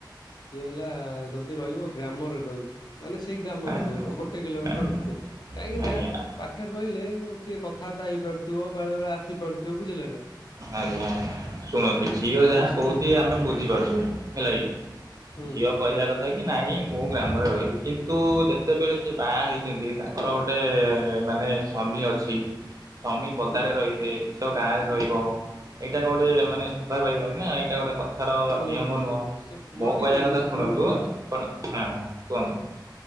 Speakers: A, on the left; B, on the right.
A: ସିଏ ହେଲା ଯଦି ରହିବ ଗ୍ରାମରେ ରହିବ। ମାନେ ସେଇ ଗ୍ରାମରେ
B: ଆଜ୍ଞା।
A: ରହିବ ଗୋଟେ କିଲୋମିଟର
B: ଆଜ୍ଞା
A: ଭିତରେ କାହିଁକି ନା।
B: ଆଜ୍ଞା
A: ପାଖରେ ରହିଲେ ଟିକେ କଥାବାର୍ତ୍ତା ହେଇପାରୁଥିବ ବେଳେ ବେଳେ ଆସିପାରୁଥିବ। ବୁଝିଲେ ନା?
B: ଆଜ୍ଞା ଆଜ୍ଞା। ଶୁଣ ସେ ଝିଅ
A: ଆଉ
B: ଯାହା
A: ସେ
B: କହୁଛି
A: ଯଦି ବି
B: ଆମେ ବୁଝିପାରୁଛୁ ହେଲା କି
A: ହୁଁ
B: ଝିଅ କହିବା
A: ହୁଁ
B: କଥା। କି ନାଇଁ ମୁଁ ଗ୍ରାମରେ ରହିବି କିନ୍ତୁ ଯେତେବେଳେ ସେ ବାହା ହେଇଛନ୍ତି ତାଙ୍କର ଗୋଟେ ମାନେ ସ୍ୱାମୀ ଅଛି। ସ୍ୱାମୀ ପଦାରେ
A: ହୁଁ
B: ରହିବେ ଝିଅ ଗାଁ ରହିବ ଏଇଟା କଣ ଗୋଟେ ମାନେ ଶୋଭା ପାଇବନି ନା ଏଇଟା ଗୋଟେ କ ଥାର
A: ଶୁଣନ୍ତୁ
B: ନିୟମ
A: ଶୁଣନ୍ତୁ
B: ନୁହଁ
A: ସେ ପୁଅଟିର
B: ମୋ କହିବା
A: ବି
B: କଥା ଶୁଣନ୍ତୁ
A: ପୁଅଟିର
B: ଆପଣ ହଁ କୁହନ୍ତୁ।